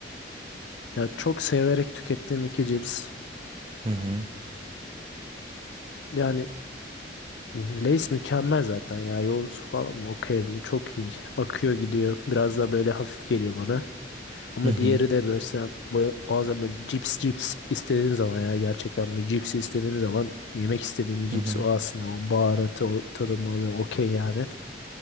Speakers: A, on the left; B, on the right.
A: Ya çok severek tükettiğim iki cips.
B: Hı hı.
A: Yani Lay's mükemmel zaten ya. Yoğurtsu falan mı? Okey. bu Çok iyi. Akıyor gidiyor. Biraz daha böyle hafif geliyor bana. Ama
B: Hı hı.
A: diğeri de böyle sen- bu- bazen böyle cips cips istediğim zaman ya gerçekten bir cips istediğim zaman yemek istediğim bir cips
B: Hı hı.
A: o aslında o baharatı o tadımı okey yani.